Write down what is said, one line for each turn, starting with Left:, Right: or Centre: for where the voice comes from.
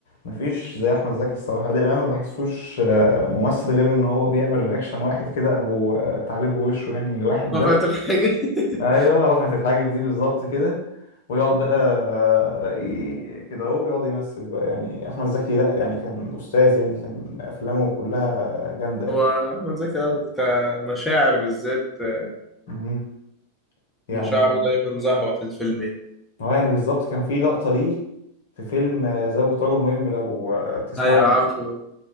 Left: مفيش زي احمد زكي الصراحة عادل امام ما بحسوش آه، ممثل غير ان هو بيعمل رياكشن واحد كده او آه، تعبير بوشه يعني واحد
Centre: رفعت
Left: بس
Centre: الحاجه <laughs>
Left: ايوه رفعت الحاجب دي بالظبط كده ويقعد بقى آه، ي- كده اهو يقعد يمثل بقى يعني احمد زكي لا يعني كان استاذ يعني كان افلامه كلها جامده يعني
Centre: هو احمد زكي أه، كمشاعر بالذات آه،
Left: مم. يعني
Centre: مشاعره دايما ظاهره في الفيلم يعني.
Left: هو يعني بالظبط كان في لقطه ليه في فيلم آه، زوجة رجل مهم لو آه، تسمع
Centre: ايوه
Left: عنه
Centre: عارفه